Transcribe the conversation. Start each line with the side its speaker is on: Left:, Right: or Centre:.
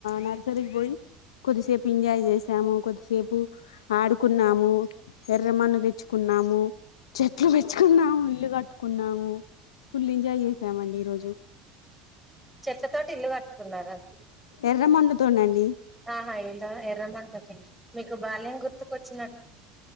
Left: నర్సరిగ్ బోయి కొద్దిసేపు ఎంజాయ్ చేసాము, కొద్దిసేపు ఆడుకున్నాము, ఎర్రమాన్న తెచ్చుకున్నా. నాము చెట్లు వెచ్చకున్నాము ఇల్లు కట్టుకున్నాము ఫుల్ ఎంజాయ్ చేసామండి ఈ రోజు
Centre: చెట్లతోటి ఇల్లు కట్టుకున్నారా
Left: ఎర్రమన్నుతోనండి
Centre: ఆహ ఎల్ల ఎర్రమంటితొడ్ మీకు బాల్యం గుర్తుకొచ్చిన